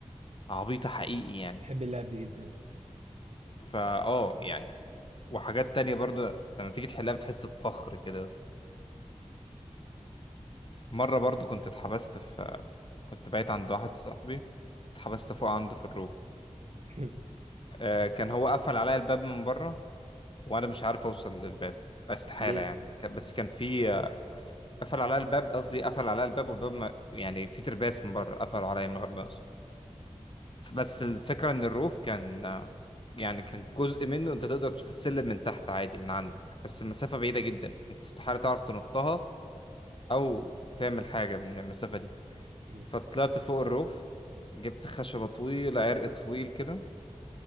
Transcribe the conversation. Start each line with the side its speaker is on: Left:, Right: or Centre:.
Left: عبيطه حقيقي يعني
Right: بحب اللعب دي جدا
Left: فا اه يعني وحاجات تانية برضو لما تيجي تحلها بتحس بفخر كده يا اسطى مره برضو كنت اتحبست في كنت بايت عند واحد صاحبي اتحبست فوق عنده في الروف
Right: <laughs>
Left: آه كان هو قفل عليا الباب من بره وانا مش عارف اوصل للباب استحالة
Right: ليه
Left: يعني ك- بس كان في آه، قفل عليا الباب قصدي قفل عليا الباب والباب ما يعني في ترباس من بره قفلوا عليا من غير ما يقصد بس الفكرة ان الروف كان آه، يعني كان جزء منه انت تقدر تشوف السلم من تحت عادي من عندك بس المسافة بعيدة جدا انت استحالة تعرف تنطها او تعمل حاجة من المسافة دي
Right: مم.
Left: فطلعت فوق الروف جبت خشبة طويلة عرق طويل كده